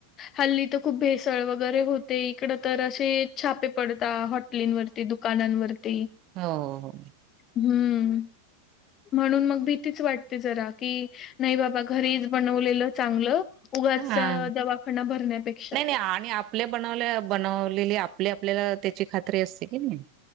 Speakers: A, on the left; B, on the right.
A: हल्ली तर खूप भेसळ वगैरे होते इकडं तर असे छापे पडतात हॉटलींवरती दुकानांवरती
B: हो हो हो
A: हम्म. म्हणून मग भीतीच वाटते जरा की नाही बाबा घरीच बनवलेलं चांगलं उगाचा
B: हा
A: दवाखाना भरण्यापैकी
B: नाही नाही आणि आपल्या बनवल्या बनवलेली आपली आपल्याला त्याची खात्री असते की नाही